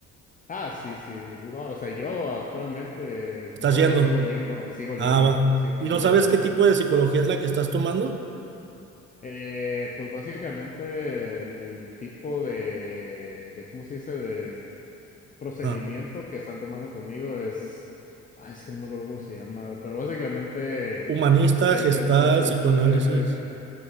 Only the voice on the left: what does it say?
Ah, sí, sí, no, o sea, yo actualmente
voy,
sigo yendo, sigo yendo,
ajá, sí,
sigo
yendo.
Eh, pues básicamente el, el tipo de, de, ¿cómo se dice? procedimiento
que están tomando conmigo es, ay, es que no me acuerdo cómo se llama, pero básicamente
es,
es, es, es,
es, es- es- es-